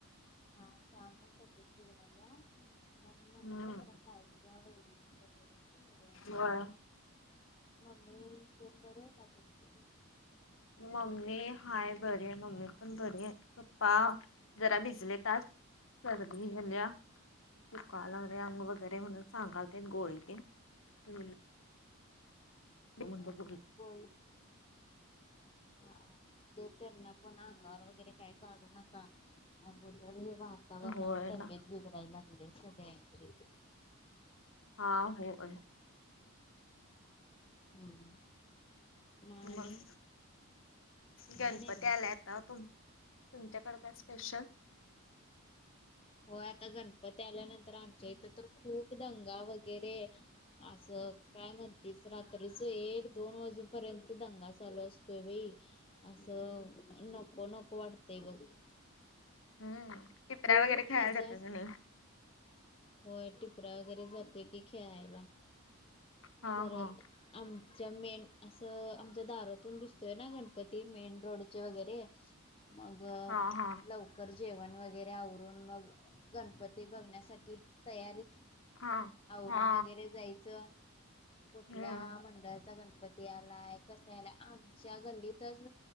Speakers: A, on the left; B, on the left.
A: हा त्यामुळं तब्येत बिघडल्या. म्हणून
B: हम्म
A: म्हंटलं जरा काळज्या वहिणीची वगैरे सगळ्यांची.
B: होय
A: मम्मी तेन बर हाय का तुमची.
B: मम्मी हाय बर आहे मम्मी पण बरी आहे पप्पा. जरा भिजले तात सर्दी झाल्या. दुखायला लागले अंग वगैरे म्हणून सांगाल ते गोळी तेन हम. तरण
A: हा
B: ब ग <unintelligible>
A: होय हा ते त्यांना पण अंग ब वगैरे काय काढू नका अगोदर हे वातावरण
B: होय
A: आणि तब्येत
B: ना
A: बी बिघडायला लागल्या सगळ्यांची.
B: हा हो आहे.
A: हम मा आणि.
B: मग
A: काय
B: गणपती
A: नाही बघ
B: आला आता तुम तुमच्याकडे काय स्पेशल.
A: हो आता गण पती त्याल्यानंतर आमच्या इथं तर खूप दंगा वगैरे असं. काय म्हणतीस रात्रीच एक दोन वाजूपर्यंत दंगा चालू असतोय बाई. असं नको नको वाटतेय बघ.
B: हम्म टीपऱ्या
A: खूप
B: वगैरे. खेळायला
A: मज्जा
B: जाता
A: असते
B: का नाही
A: होय टिपरा वगैरे जात. ये की खेळायला
B: हा
A: परत.
B: हा
A: आमच्या मेन असं आमच्या दारातून दिसतोय ना गणपती मेन रोडचे वगैरे. मग
B: हा हा
A: लवकर जेवण वगैरे आवरून मग. गणपती बघण्यासाठी तयारीत.
B: हा.
A: आवरून
B: हा
A: वगैरे जायचं कुठल्या
B: हम्म
A: मंडळाचा गणपती. त्यालाय कसयलाय आमच्या गल्लीतच.